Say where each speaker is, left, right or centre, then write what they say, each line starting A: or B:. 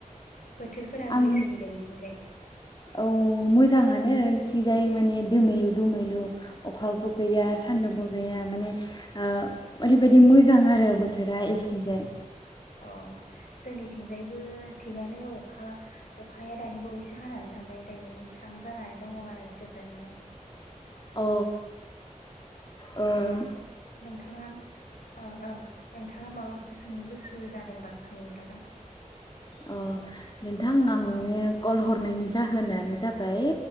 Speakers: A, on the left; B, on the left.
A: बोथोरफोरा
B: आं
A: बोरै सोलिदों इथिंजाय?
B: औ मोजांङानो इथिंजाय माने दोमैलु दोमैलु अखाबो गैया सानदुंबो गैया माने ओ ओरैबायादि मोजां आरो बोथोरा इथिंजाय।
A: अ जोंनि थिंजायबो थिगानो अख खा अखाया दानि बावैसो हानानै थांबाय दायो स्रां जानानै दंङ आरो गोजोन नो।
B: अ ओम
A: नोंथांङाम ओ ओ नोंथांङा माबा फोर सोंनो गोसो जादोंबा सोंजागोन।
B: अ नोंथां आं नोंनो कल हरनायनि जाहोनानो जाबाय